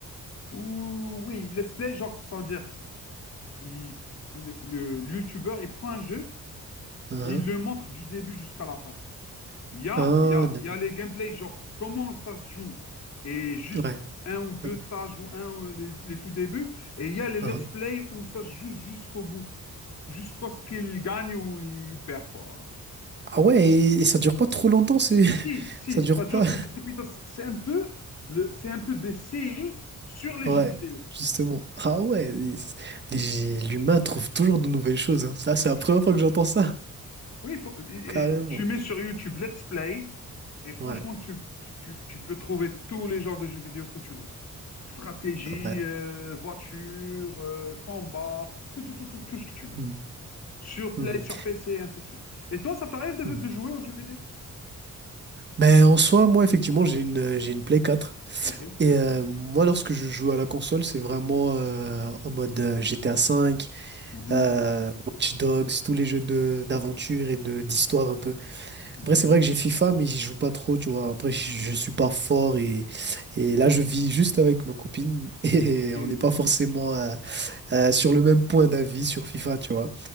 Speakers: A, on the left; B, on the right.
A: Ouh, oui, let's play, genre, sans dire, il- le, le- le YouTuber, il prend un jeu,
B: Ah,
A: et il le montre du début jusqu'à la fin. Il y a,
B: ah.
A: il y a,
B: Ah, d'accord.
A: il y a les gameplays, genre comment ça se joue, et juste
B: Ouais.
A: un ou deux
B: Ah,
A: stages ou un ou les, les tout débuts, et il y a les let's
B: ah.
A: play où ça se joue jusqu'au bout, jusqu'à ce qu'il gagne ou il perd, quoi.
B: Ah ouais, et, et ça dure pas trop longtemps, c'est...
A: Si,
B: <laughs>
A: si,
B: ça dure
A: ça dure,
B: pas.
A: c'est des épisodes, c'est c'est un peu, le, c'est un peu des séries sur les
B: Ouais,
A: jeux vidéo.
B: justement. Ah ouais, et c- les- l'humain trouve toujours de nouvelles choses. hein. Ça, c'est
A: Oui,
B: la première fois que j'entends ça.
A: Oui, il faut, et-
B: Carrément.
A: et tu mets sur YouTube let's play, et franchement,
B: Ouais,
A: tu, tu, tu peux trouver tous les genres de jeux vidéo que tu veux. stratégie,
B: ouais.
A: euh, voiture, euh, combat, tout, tout, tout, tout, tout ce que tu veux.
B: Mhm,
A: Sur Play,
B: mhm,
A: sur PC, ainsi de suite. Et toi, ça t'arrive de,
B: mhm.
A: de jouer aux jeux vidéo?
B: Ben, en soi, moi, effectivement, j'ai une, j'ai une Play 4.
A: Ok.
B: Et euh, moi, lorsque je joue à la console, c'est vraiment euh, en mode euh, GTA V.
A: Mhm,
B: euh, Watch Dogs, tous les jeux de d'aventure et de
A: mhm,
B: d'histoire un peu.
A: mhm.
B: Après, c'est vrai que j'ai FIFA, mais j'y joue pas trop, tu vois. Après, je,
A: Ok.
B: je suis pas fort et, et là, je vis juste avec ma copine <laughs> et
A: Ok.
B: on n'est pas forcément euh, euh, sur le même point d'avis sur FIFA, tu vois.